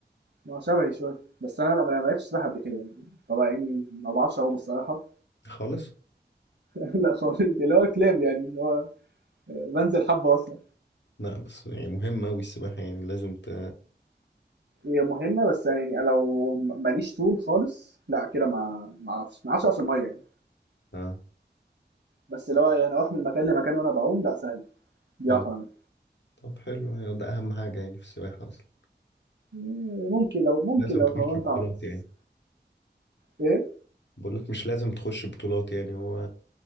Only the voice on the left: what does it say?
خالص
لا بس يعني مهمة أوي السباحة يعني لازم ت
اه
مم.
طب حلو يعني ده أهم حاجة يعني في السباحة أصلا
لازم
تخش
بطولات
يعني
بقول لك مش لازم تخش بطولات يعني هو